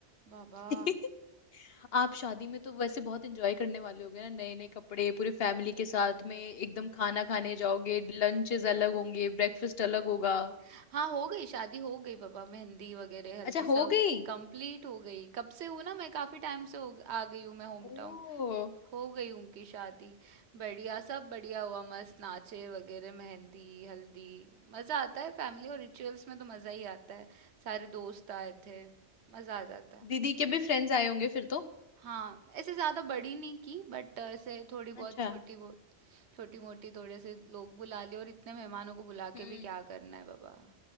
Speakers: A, on the right; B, on the left.
A: बाबा
B: <laughs> आप शादी में तो वैसे बहुत एंजॉय करने वाले होगे ना नए नए कपड़े पूरी फैमिली के साथ में एकदम खाना खाने जाओगे लंचेस अलग होंगे ब्रेकफास्ट अलग होगा
A: हाँ हो गई शादी हो गई बाबा मेहंदी वगैरह हल्दी
B: अच्छा
A: सब
B: हो गई
A: कंप्लीट हो गई कब से हूँ ना मैं काफी टाइम से हो, आ गई हूँ मैं होम
B: ओ
A: टाउन हो गई उनकी शादी बढ़िया सब बढ़िया हुआ मस्त नाचे वगैरह मेहंदी हल्दी मज़ा आता है फैमिली और रिचुअल्स में तो मज़ा ही आता है सारे दोस्त आए थे मज़ा आ जाता है
B: दीदी के भी फ्रेंड्स आए होंगे फिर तो
A: हाँ ऐसे ज़्यादा बड़ी नहीं की बट ऐसे थोड़ी बहुत
B: अच्छा
A: छोटी बहुत छोटी मोटी थोड़े से लोग बुला लिए और इतने मेहमानों को बुला
B: हम्म
A: के भी क्या करना है बाबा